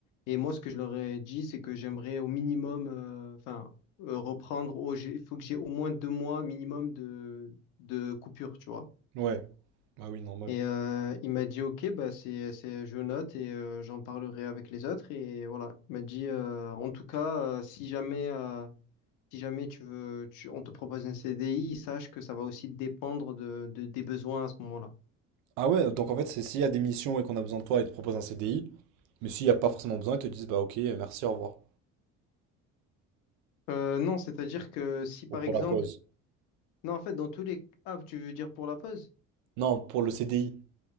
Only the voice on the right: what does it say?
Ouais. Ah oui, normal.
Ah ouais, donc en fait, c'est s'il y a des missions et qu'on a besoin de toi, ils te proposent un CDI. Mais s'il n'y a pas forcément besoin, ils te disent, bah ok, merci, au revoir.
Ou pour
la pause.
Non, pour le CDI.